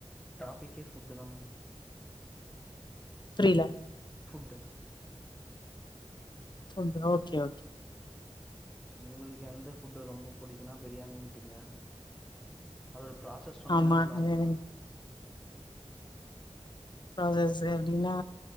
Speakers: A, in the centre; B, on the left.
A: டாபிக்கே ஃபுட்டுதா மேம்
B: புரியல
A: ஃபுட்டு
B: ஃபுட் ஓகே ஓகே
A: உங்களுக்கு எந்த ஃபுட்டு் ரொம்ப புடிக்குனா பிரியாணிட்டீங்க அதோட ப்ராசஸ் சொன்னீங்கன்னா
B: ஆமா
A: நல்லா
B: அது
A: இருக்கு
B: எனக்கு
A: மேம்
B: ப்ராசஸ் எப்டின்னா